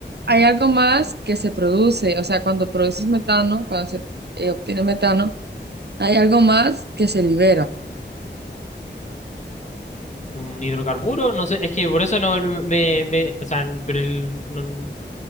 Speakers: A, on the right (about 60°); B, on the left (about 40°).
A: Hay algo más que se produce, o sea, cuando produces metano, cuando se eh, obtiene metano, hay algo más que se libera.
B: un hidrocarburo, no sé, es que por eso no no, me, me o sea, pero el- no-